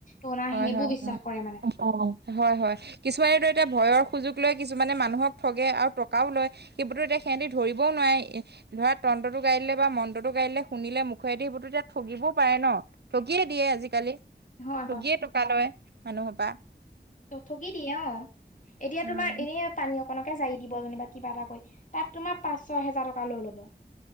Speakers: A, on the left (about 50°); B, on the right (about 70°).
A: টনা
B: হয়
A: সেইবোৰ
B: হয়
A: বিশ্বাস কৰে মানে
B: অ হয় হয় কিছুমানেতো এতিয়া ভয়ৰ সুযোগ লৈ কিছুমানে মানুহক ঠগে আৰু টকাও লয় সেইিবোৰতো এতিয়া সিহঁতি ধৰিবও নোৱাৰে ধৰা তন্তটো গাইড়িলে বা মন্ত্ৰটো গাইড়িলে শুনিলে মুখুৱৰাাই থ আহিবতো তেতিয়া ঠগিবও পাৰে ন গিয়ে দিয়ে আজিকালি
A: হয় হয়
B: গিয়ে টকা লয় মানুহৰ পৰা
A: তথকি দিয়ে অ এতিয়া
B: উম
A: তোমাৰ এনে পটানী অকনকে জাৰি দিব যেনিবা কিবা এটা কৰি তাত তোমাৰ পাঁচ ছয় হেজাৰ টকা লৈ ল'ব